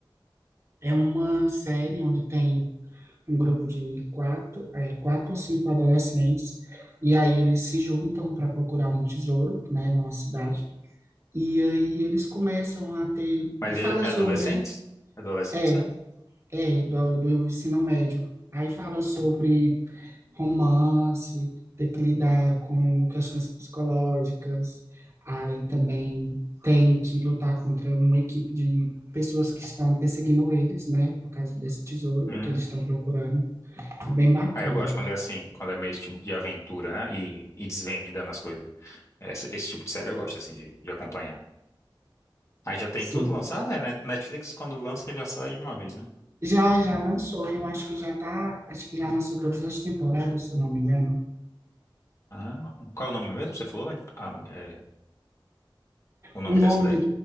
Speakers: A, on the right; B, on the left.
A: É uma série onde tem um grupo de quatro, é, quatro ou cinco adolescentes, e aí eles se juntam para procurar um tesouro, né, numa cidade. E aí eles começam a ter.
B: Mas
A: Fala
B: é
A: sobre.
B: adolescentes? Adolescentes,
A: É,
B: é?
A: É, do, do ensino médio. Aí fala sobre romance, ter que lidar com questões psicológicas, aí também tem que lutar contra uma equipe de pessoas que estão perseguindo eles, né, por causa desse tesouro
B: Hum.
A: que eles estão procurando. É bem bacana.
B: Aí eu gosto quando é assim, quando é meio tipo de aventura, né? E, e desvendando as coisas. Essa- esse tipo de série eu gosto, assim, de, de acompanhar. Aí já tem
A: Sim.
B: tudo lançado? É, né? Netflix quando lança já sai de uma vez, né?
A: Já, já lançou, eu acho que já tá, acho que já lançou todas as temporadas, se eu não me engano.
B: Ah, qual é o nome mesmo? que Você falou? Ah, é, o nome
A: O nome,
B: dessa daí?